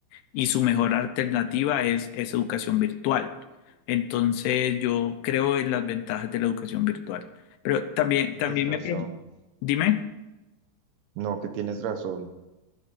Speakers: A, on the left; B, on the right.
A: y su mejor alternativa es, es educación virtual. Entonces, yo creo en las ventajas de la educación virtual. Pero también,
B: Tienes
A: también
B: razón.
A: me... pre- Dime.
B: No, que tienes razón.